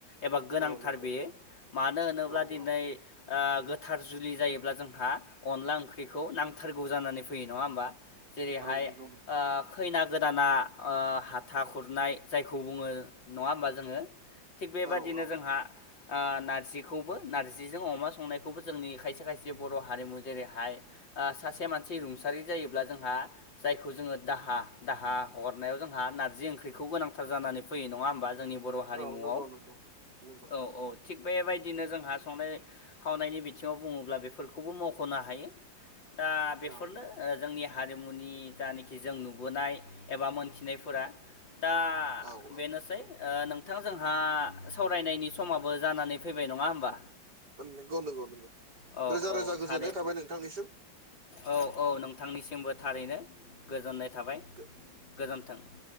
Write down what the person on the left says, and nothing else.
एबा गोनांथार
बेयो
मानो होनोब्ला
दिनै
ओ गोथार जुलि जायोब्ला जोंहा अनला ओंख्रिखौ नांथारगौ जानानै फैयो नङा होमबा। जेरैहाय
खैना गोदाना हाथा खुरनाय जाय खौ बुङो नङा होमबा जोंङो थिग बेबदिनो
जोंहा ओ नारजिखौबो नार्जिजों अमा संनायखौबो जोंनि खायसे खायसे बर' हारिमु जेरैहाय ओ सासे मानसि रुंसारि जायोब्ला जोंहा जायखौ जोंङो दाहा दाहा हरनायाव जोंहा नारजि ओंख्रिखौ गोनां <unintelligible> थार जानानै फैयो नङा होमबा जोंनि बर' हारिमुआव
औ
औ थिग बेबायदिनो जोंहा संनाय खावनायनि बिथिङाव बुङोब्ला बेफोरखौबो मख'नो हायो दा बेफोरनो
ओ जोंनि हारिमुनि जानाखि जों नुबोनाय एबा मोनथिनायफोरा दा
ओ बेनोसै
ओ नोंथां जोंहा सावरायनायनि समाबो जानानै फैबाय नङा होमबा
औ
औ
थारै
औ औ नोंथांनिसिमबो थारैनो गोजोननाय थाबाय
गोजोन्थों।